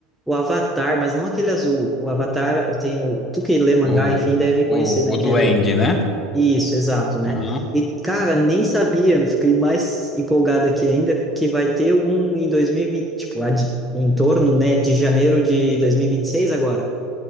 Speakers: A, in the centre; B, on the left.
A: o Avatar, mas não aquele azul. O Avatar, eu tenho. Tu que lê mangá,
B: O,
A: enfim, deve
B: o,
A: conhecer, né?
B: o
A: Aquele
B: Duende, né?
A: isso, exato, né?
B: Aham.
A: E, cara, nem sabia, fiquei mais empolgado aqui ainda, que vai ter um em 2020, tipo, a de- em torno, né, de janeiro de 2026 agora,